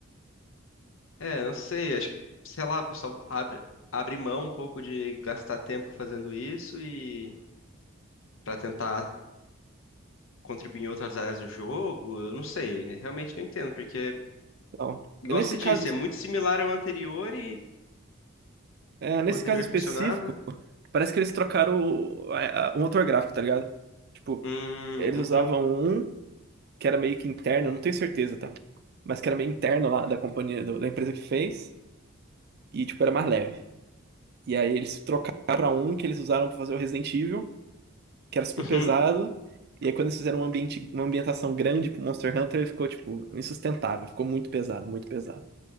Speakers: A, on the left; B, on the right.
A: É, não sei, acho que, sei lá, o pessoal abre, abre mão um pouco de gastar tempo fazendo isso e pra tentar contribuir em outras áreas do jogo, eu não sei, eu realmente não entendo, porque,
B: Então,
A: igual
B: nesse
A: você
B: caso,
A: disse, é muito similar ao anterior e
B: é, nesse
A: o anterior
B: caso específico,
A: funcionava.
B: parece que eles trocaram o, a- a- o motor gráfico, tá ligado? Tipo,
A: Hum,
B: eles
A: uhum,
B: usavam um que era meio que interno, não tenho certeza, tá? Mas que era meio interno lá da companhia, do- da empresa que fez, e tipo, era mais leve. E aí eles trocaram pra um que eles usaram pra fazer o Resident Evil, que era super
A: uhum,
B: pesado. E aí quando eles fizeram um ambiente, uma ambientação grande pro Monster Hunter, ficou, tipo, insustentável. Ficou muito pesado, muito pesado.